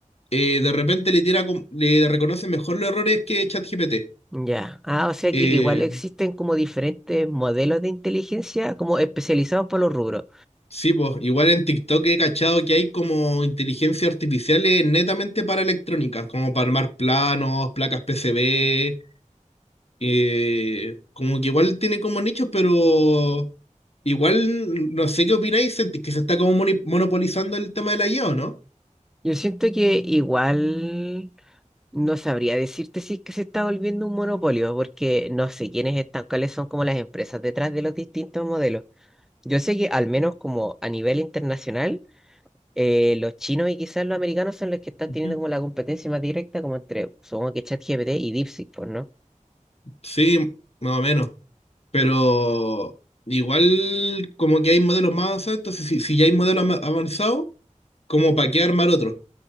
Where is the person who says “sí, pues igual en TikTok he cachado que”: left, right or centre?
Left